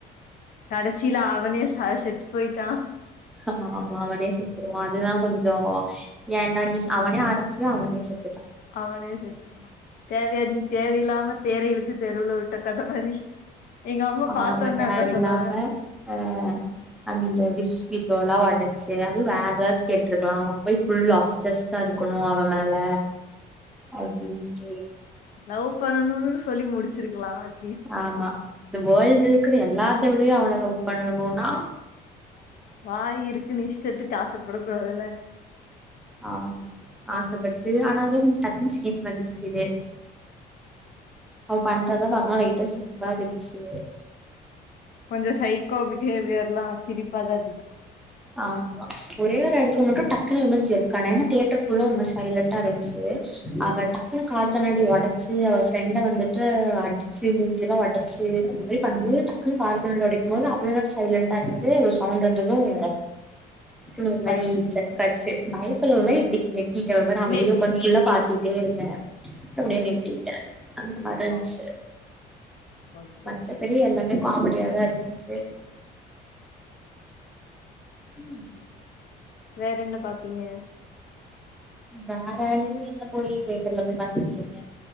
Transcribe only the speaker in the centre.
ஆமா அவனே செத்துருவான் அதுதான் கொஞ்சம் ஏன்டா நீ அவனே ஆரம்பிச்சது அவனே செத்
ஆமா தேவையில்லாம
அஹ் அந்த விஷ்வில் டச்சு அதுவும் வேற ஏதாச்சும் கேட்டிருக்கலாம் அவன் போய் அப்சஸ் தான் இருக்கணும் அவன் மேல அப்படின்னு
ஆமா இந்த வேல்டு இருகிற எல்லா விடிய அவன லவ் பண்ணணும்னா
ஆமா ஆசைப்பட்டு ஆனா அதல்லாம் கொஞ்சம் டக்குன்னு சிரிப்பு வந்துருச்சு அவன் பண்றதா பாக்கா லைட்டா சிரிப்பா இருன்ச்சு
ஆமா ஒரே ஒ இடத்துல மட்டும் டக்குனு ஒரு மாரி ஜர்க்கானே ஏன்னா தியேட்டர் புல்ல ஒரு மாரி சைலண்டடா இருந்துச்சு அவ டக்குனு கார் கண்ணாடி உடைச்சு அவர் ஃப்ரெண்டை வந்துட்டு அடிச்சு மூஞ்சிய எல்லாம் உடைச்சு அந்த மாரி பண்ணும் போது டக்குன்னு கார் கண்ணாடி உடைக்கும் போது அவ்வளவு சைலண்ட்டா இருந்து சவுண்ட் வந்ததும் ஒரு மாரி
ஜர்க்காச்சு பயத்துல ஒரு மாரி இப்படி நெட்டிட்ட ஒரு மாரி அமைதியா
உக்காந்தி எல்லா பாத்தி இருந்தேன் அப்படியே நெட்டிட்டேன் அந்த மாரி இருன்ச்சு
மத்தபடி
எல்லாமே காமெடி இறா இருந்துச்சு உம்
வேற நீங்க என்ன போயி தேட்டர்ல போய் பாத்துருக்கீங்க